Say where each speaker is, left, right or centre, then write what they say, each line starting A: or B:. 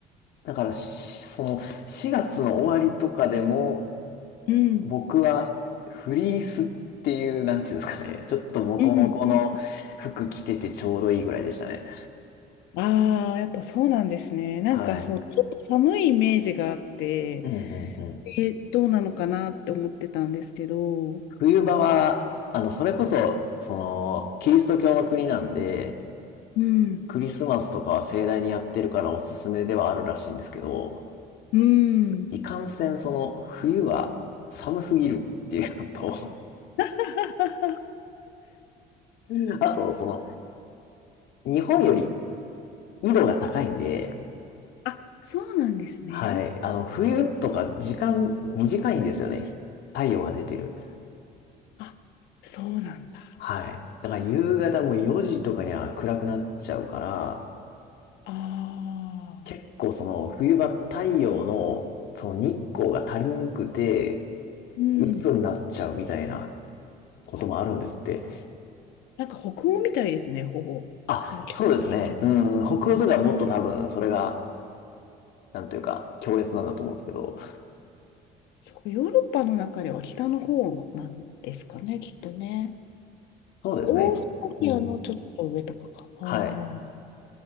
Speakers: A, on the left (about 75°); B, on the left (about 90°).
A: だからし、その4月の終わりとかでも、
B: うん、
A: 僕はフリースっていう、なんていうんですかね。ちょっとモコモコの服着ててちょうどいいぐらいでしたね。
B: うん、うん。ああ、やっぱそうなんですね。なんかそう、
A: はい。
B: ちょっと寒いイメージがあって、
A: うんうんうん。
B: えどうなのかなって思ってたんですけど、
A: 冬場は、あの、それこそ、その、キリスト教の国なんで、
B: うん、
A: クリスマスとかは盛大にやってるからおすすめではあるらしいんですけど、
B: うん。
A: いかんせんその、冬は寒すぎるっていうのと、
B: <laughs>
A: <laughs> あと、その、日本より緯度が高いんで、
B: あ、そうなんですね。
A: はい。あの、冬とか時間短いんですよね。太陽が出てる。
B: あ、そうなんだ。
A: はい。だから夕方も4時とかには暗くなっちゃうから、
B: ああ
A: 結構その冬場太陽のその日光が足りんくて、
B: うん。
A: 鬱になっちゃうみたいなこともあるんですって。
B: あ。なんか北欧みたいですね、ほぼ。
A: あ、
B: そう聞く
A: そうですね。うん、北欧とかはもっと多分それが、なんというか、強烈なんだと思うんですけど、
B: そう、ヨーロッパの中では北の方なんですかね、きっとね。
A: そうですね。
B: オーストリアのちょっと上とかか。
A: うん。
B: ああ、
A: はい。